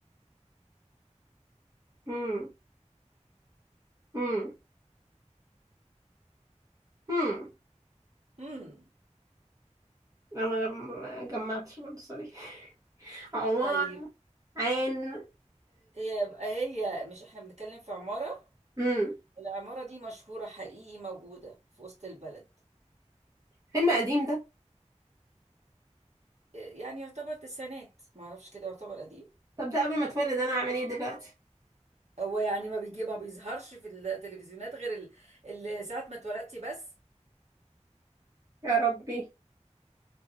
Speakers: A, on the right; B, on the right.
A: هنت امم امم
B: امم
A: انا ما ما جمعتش برضه سوري عبارة
B: طيب
A: عن
B: هي يبقى هي مش احنا بنتكلم في عمارة
A: امم
B: العمارة دي مشهورة حقيقي موجودة في وسط البلد
A: فيلم قديم ده
B: آه، يعني يعتبر تسعينات معرفش كده يعتبر قديم
A: طب ده قبل ما اتولد انا اعمل ايه دلوقتي
B: هو يعني ما بيجي ما بيظهرش في التلفزيونات غير ال... ال... ساعة ما اتولدتي بس
A: يا ربي